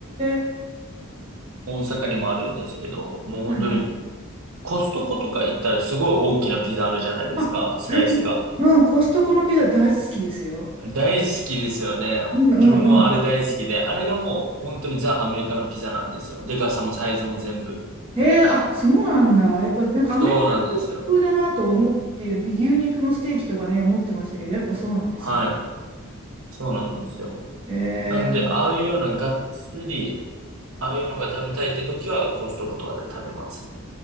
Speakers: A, on the right; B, on the right.
A: え。
B: 大阪にもあるんですけど、もう本当に、
A: はいはい。
B: コストコとか行ったらすごい大きなピザあるじゃないですか、
A: あ、
B: スライスが。
A: 私 <laughs> うん、コストコのピザ大好きですよ。
B: 大好きですよね。
A: うんうんうん。
B: 自分もあれ大好きで、あれがもう本当にザ・アメリカのピザなんですよ。でかさもサイズも全部。
A: へえ、あ、そうなんだ。やっぱなんかアメリカ
B: そうなんですよ。
A: 風だなと思っている、牛肉のステーキとかね、思ってましたけど、やっぱそうなんですね。
B: はい。そうなんですよ。
A: へえ
B: なんで、ああいうようながっつり、ああいうのが食べたいって時は、コストコとかで食べますね。